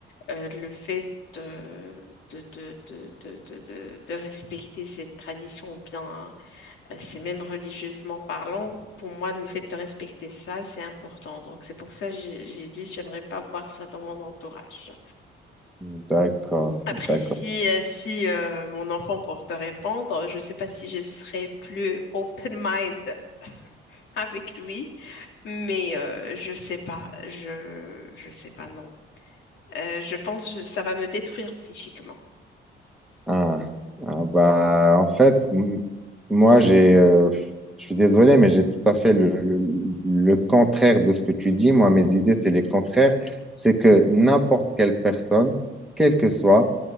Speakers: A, on the left (about 75°); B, in the centre.
A: euh, le fait de, de, de, de, de, de, de- de respecter cette tradition bien euh, C'est même religieusement parlant, pour moi, le fait de respecter ça, c'est important. Donc, c'est pour ça que j'ai j'ai dit, j'aimerais pas voir ça dans mon entourage.
B: D'accord,
A: Après,
B: d'accord.
A: si, euh, si euh, mon enfant, pour te répondre, je sais pas si je serais plus open-mind avec lui, mais euh, je sais pas, je, je sais pas, non. Euh, je pense que ça va me détruire psychiquement.
B: Ah, ah, bah, en fait, m- moi, j'ai, euh, je suis désolé, mais j'ai tout à fait le, le- le contraire de ce que tu dis. Moi, mes idées, c'est les contraires. C'est que n'importe quelle personne, quel que soit,